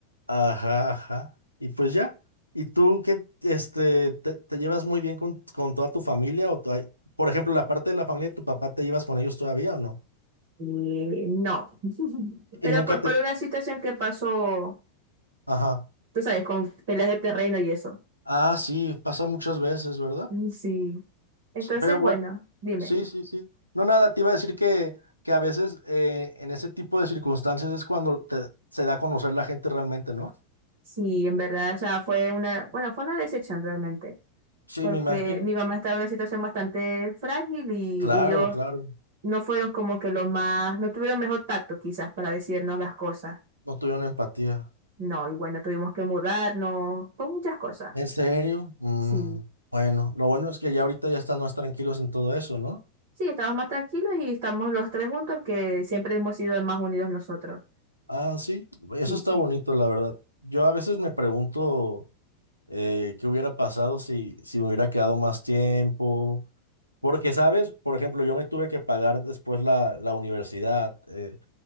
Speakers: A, on the right; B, on the right.
A: Ajá, ajá. Y pues ya. ¿Y tú qué, este, te, te llevas muy bien con, con toda tu familia? O tu- ay- por ejemplo, la parte de la familia de tu papá, ¿te llevas con ellos todavía o no?
B: Eh, no. <laughs>
A: Y
B: Pero
A: nunca
B: por,
A: te...
B: por una situación que pasó,
A: Ajá.
B: tú sabes, con peleas de terreno y eso.
A: Ah, sí, pasa muchas veces, ¿verdad?
B: Mm, Sí. Entonces,
A: S- Pero bueno,
B: bueno, dime.
A: sí, sí, sí. No, nada, te iba a decir que, que a veces eh, en ese tipo de circunstancias es cuando te- se da a conocer la gente realmente, ¿no?
B: Sí, en verdad, o sea, fue una, bueno, fue una decepción realmente,
A: Sí,
B: porque
A: me imagino.
B: mi mamá estaba en una situación bastante frágil y,
A: Claro,
B: y ellos
A: claro.
B: no fueron como que los más, no tuvieron mejor tacto quizás para decirnos las
A: No,
B: cosas.
A: no tuvieron empatía.
B: No, y bueno, tuvimos que mudarnos, con muchas cosas.
A: ¿En serio? Mm,
B: Sí,
A: bueno, lo bueno es que ya ahorita ya están más tranquilos en todo eso, ¿no?
B: sí, estamos más tranquilos y estamos los tres juntos que siempre hemos sido más unidos nosotros.
A: Ah, sí, eso
B: Sí,
A: está
B: sí.
A: bonito, la verdad. Yo a veces me pregunto eh, qué hubiera pasado si, si me hubiera quedado más tiempo, porque, ¿sabes? Por ejemplo, yo me tuve que pagar después la, la universidad. eh,